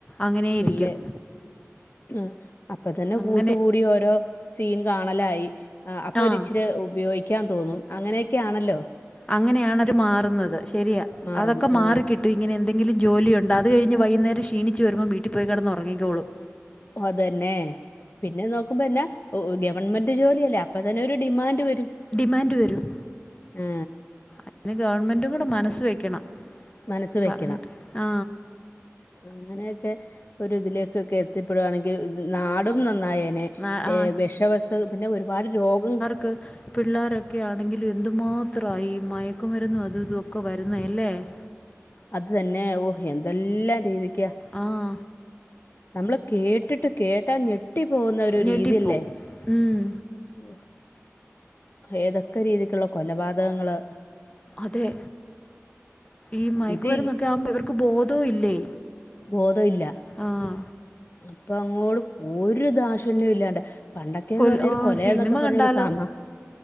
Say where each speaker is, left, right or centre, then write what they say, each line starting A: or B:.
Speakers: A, on the left (about 25°); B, on the left (about 45°).
A: അങ്ങനെയിരിക്കും.
B: പിള്ളെ- ആഹ അപ്പൊ തന്നെ
A: അങ്ങനെ
B: കൂട്ടുകൂടി ഓരോ സീൻ കാണലായി അപ്പൊ
A: ആഹ്.
B: ഇച്ചിരി ഉപയോഗിക്കാൻ തോന്നും അങ്ങനെയൊക്കെയാണല്ലോ
A: അങ്ങനെയാണ് മാറുന്നത് ശരിയാ
B: മാറുന്ന
A: അതൊക്കെ മാറിക്കി
B: ആ
A: എന്തങ്കിലും ജോലിണ്ടോ അത് കഴിഞ്ഞു വൈകുന്നേരം ക്ഷീണിച്ചു വെരുമ്പോൾ വീട്ടിൽ പോയി കിടന്ന് ഉറങ്ങിക്കോളും
B: അതന്നെ പിന്നെ നോക്കുമ്പോന്നെ ഗവൺമെന്റ് ജോലി അല്ലേ അപ്പ തന്നെ ഒരു ഡിമാൻഡ് വരും
A: ഡിമാൻഡ് വരും
B: ആ
A: അതിന് ഗവൺമെൻ്റ് കൂടെ മനസ് വെക്കണം
B: മനസ് വെക്കണം
A: പറഞ്ഞിട്ട്. ആ.
B: അങ്ങനെയൊക്കെ ഒരു ഇതിലേക്കൊക്കെ എത്തിപ്പെടുവാണെങ്കിൽ നാടും നന്നായേനെ
A: ന ആ
B: ഏ വെഷവസ്തു പിന്നെ ഒരുപാട് രോഗം-
A: ക് പിള്ളേരൊക്കെ ആണെങ്കിലും എന്തുമാത്രമായി മയക്കുമരുന്നും അതും ഇതൊക്കെ വരുന്നത് അല്ലേ <inaudible>
B: അത് തന്നെ ഓ എന്തെല്ലാം രീതിക്ക്
A: ആഹ
B: നമ്മള് കേട്ടിട്ട് കേട്ടാ ഞെട്ടി പോകുന്ന ഒരു
A: ഞെട്ടിപ്പോവും.
B: രീതിയല്ലേ
A: ഉം
B: <unintelligible> ഏതൊക്കെ രീതിക്കുള്ള കൊലപാതകങ്ങള്
A: അതെ! ഈ മയക്കുമരന്നൊക്കെ
B: ഇത്
A: ആവുമ്പ ഇവർക്ക് ബോധവും ഇല്ലേ
B: ബോധം ഇല്ല
A: ആഹ
B: അപ്പൊ അങ്ങോട് ഒരു ദാഷിണ്യം ഇല്ലാണ്ടെ പണ്ടൊക്കേന്ന്
A: കൊൽ
B: പറഞ്ഞൊരു
A: ആ
B: കൊല
A: സിനിമ
B: എന്നൊക്കെ പറഞ്ഞൊരു
A: കണ്ടാലോ?
B: സമാ